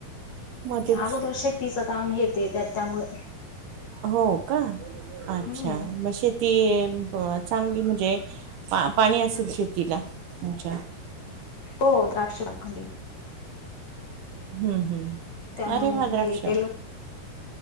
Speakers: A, on the right; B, on the left.
A: मध्येच
B: अगोदर शेतीच काम येते त्या त्यामुळे
A: हो का अच्छा
B: हम्म
A: मग शेत ती <unintelligible> चांगली म्हणजे पा-पाणी असेल शेतीला तुमच्या
B: हो द्राक्ष ना खाल्ली.
A: हम्म हम्म
B: त्यामुळे
A: अरे वा
B: मग
A: द्राक्ष
B: ते टेलर